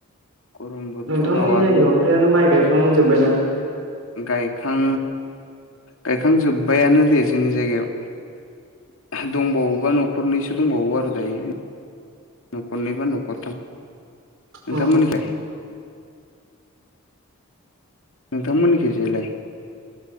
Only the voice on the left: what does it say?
गरम बोथोराव
आरो
गायखां गायखांजोब्बायानो दे जोंनि जायगायाव दंबावोबा न'खरनैसो दंबावो आरो दायो न'खरनैबा न'खर थाम नोंथांमोननि
खैलाय नोंथांमोननिखैजायलाय